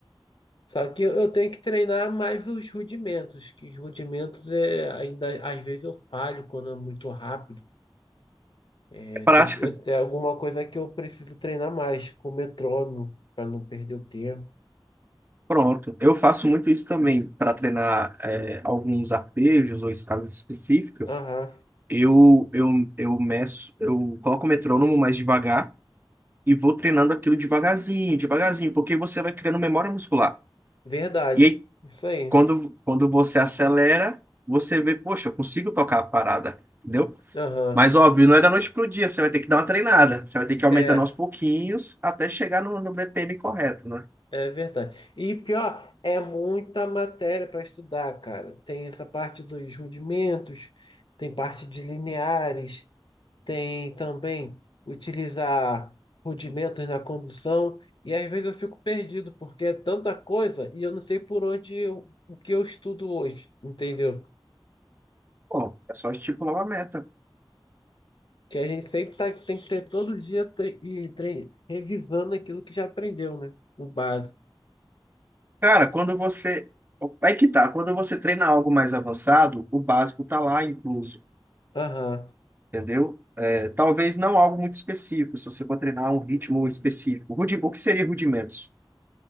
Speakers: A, on the left; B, on the right.
A: Só que eu tenho que treinar mais os rudimentos, que os rudimentos é ainda às vezes eu falho quando é muito rápido. É,
B: É prática.
A: tem que, eu- é alguma coisa que eu preciso treinar mais com o metrônomo para não perder o tempo.
B: Pronto. Eu faço muito isso também para treinar é, alguns arpejos ou escalas específicas.
A: Aham,
B: Eu, eu, eu meço, eu coloco o metrônomo mais devagar e vou treinando aquilo devagarzinho, devagarzinho, porque você vai criando memória muscular.
A: verdade.
B: E aí,
A: Isso aí.
B: quando, quando você acelera, você vê, poxa, eu consigo tocar a parada, entendeu?
A: Aham.
B: Mas óbvio, não é da noite pro dia, você vai ter que dar uma treinada. Você vai ter que aumentar
A: É.
B: aos pouquinhos até chegar no, no BPM correto, né?
A: É verdade. E pior, é muita matéria para estudar, cara. Tem essa parte dos rudimentos, tem parte de lineares, tem também utilizar rudimentos na condução. E às vezes eu fico perdido, porque é tanta coisa e eu não sei por onde eu- o que eu estudo hoje, entendeu?
B: Bom, é só estipular uma meta.
A: Que a gente sempre tá, tem que ter todo dia tre- e tre- revisando aquilo que já aprendeu, né? O básico.
B: Cara, quando você. Aí que tá, quando você treina algo mais avançado, o básico tá lá incluso,
A: Aham.
B: entendeu? É, talvez não algo muito específico, se você for treinar um ritmo específico. Rudi- O que seria rudimentos?